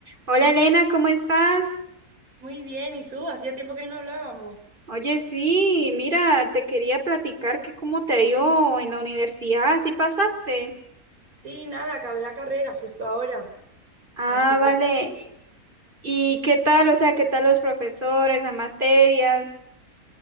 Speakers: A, on the right (about 35°); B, on the right (about 70°).
A: Hola Elena, ¿cómo estás?
B: Muy bien, ¿y tú? Hacía tiempo que no hablábamos.
A: Oye, sí, mira, te quería platicar que cómo te ha ido en la universidad, si pasaste.
B: Sí, nada, acabé la carrera justo ahora,
A: Ah,
B: así
A: vale.
B: que muy bien.
A: ¿Y qué tal? O sea, ¿qué tal los profesores, las materias?